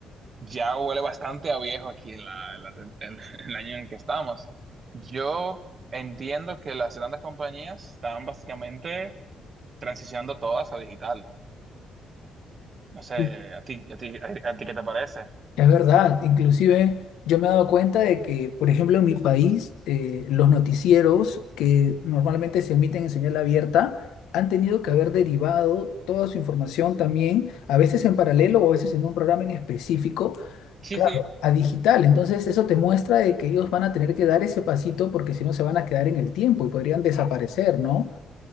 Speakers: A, on the right; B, on the left.
A: ya huele bastante a viejo aquí en la, en la tem- en <laughs> el año en el que estamos. Yo entiendo que las grandes compañías están básicamente transicionando todas a digital. No sé,
B: Sí.
A: ¿a ti, a ti, a, a ti qué te parece?
B: Es verdad, inclusive yo me he dado cuenta de que, por ejemplo, en mi país, eh, los noticieros que normalmente se emiten en señal abierta han tenido que haber derivado toda su información también, a veces en paralelo o a veces en un programa en específico,
A: Sí,
B: Claro,
A: sí.
B: a digital. Entonces, eso te muestra de que ellos van a tener que dar ese pasito porque si no se van a quedar en el tiempo y podrían desaparecer, ¿no?